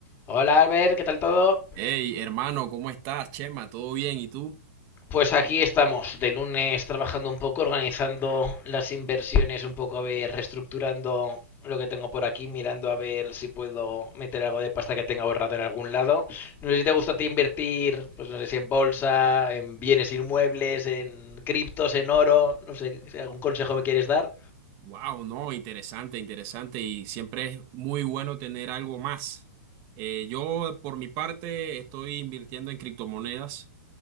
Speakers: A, on the left; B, on the right.
A: Hola Albert, ¿qué tal todo?
B: Hey, hermano, ¿cómo estás, Chema? ¿Todo bien? ¿Y tú?
A: Pues aquí estamos, de lunes trabajando un poco, organizando las inversiones, un poco a ver, reestructurando lo que tengo por aquí, mirando a ver si puedo meter algo de pasta que tenga ahorrado en algún lado. No sé si te gusta a ti invertir, pues no sé si en bolsa, en bienes inmuebles, en criptos, en oro, no sé, si algún consejo me quieres dar.
B: Wow, no, interesante, interesante y siempre es muy bueno tener algo más. Eh, yo, por mi parte, estoy invirtiendo en criptomonedas